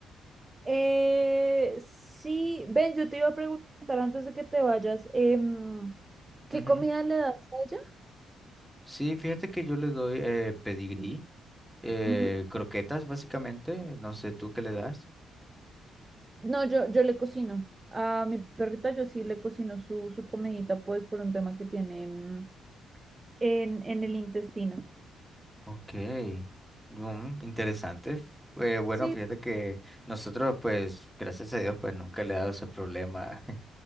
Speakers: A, on the right; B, in the centre.
A: Eh, sí, Ben, yo te iba a preguntar antes de que te vayas, em, ¿qué
B: Ujú.
A: comida le das a ella?
B: Sí, fíjate que yo le doy eh, pedigrí, eh,
A: Ujú.
B: croquetas básicamente. No sé tú qué le das.
A: No, yo, yo le cocino. A mi perrita yo sí le cocino su, su comidita, pues por un tema que tiene em, en, en el intestino.
B: Ok, mm, interesante. F- eh, bueno,
A: Sí,
B: fíjate que nosotros, pues, gracias a Dios, pues nunca le he dado ese problema. <laughs>